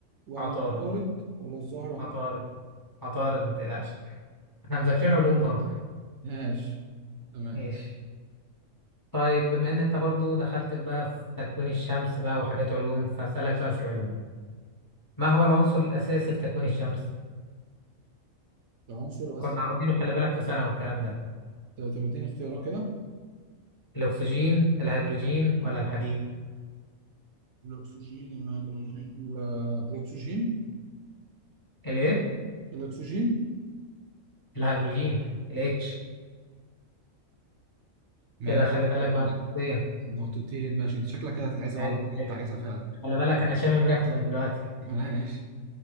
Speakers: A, on the right; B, on the left.
A: ولا
B: عطارد
A: عطارد ولا الزهرة
B: عطارد عطارد ما تقلقش احنا مذاكرين علوم برضه
A: ماشي تمام
B: ماشي طيب بما ان انت برضه دخلت بقى في تكوين الشمس بقى وحاجات علوم فأسألك سؤال في العلوم ما هو العنصر الأساسي في تكوين الشمس؟
A: العنصر الاساسي
B: كنا واخدينه خلي بالك في ثانوي الكلام ده
A: طب اديني اختيارات كده
B: الاكسجين الهيدروجين ولا الحديد
A: الأكسجين الهيدروجين ال- الاكسجين
B: الايه
A: الاكسجين
B: الهيدروجين الاتش
A: ماشي
B: كده خلي بالك بقى
A: تمام.
B: فين
A: نقطتين ماشي انت شكلك كده هتتعزم
B: حلو
A: على اللي
B: حلو
A: انت عايزها فعلا
B: خلي بالك انا شامم ريحته من دلوقتي
A: ماشي